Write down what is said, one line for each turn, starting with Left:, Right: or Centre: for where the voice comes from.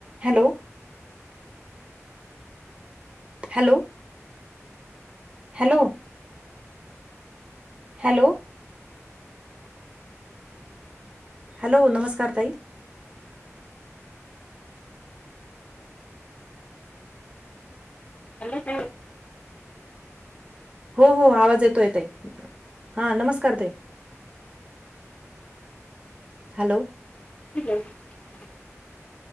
Right: Hello hello hello hello hello नमस्कार ताई
Left: एल दे
Right: हो हो आवाज येतो येत हा नमस्कार तेई हॅलो
Left: ह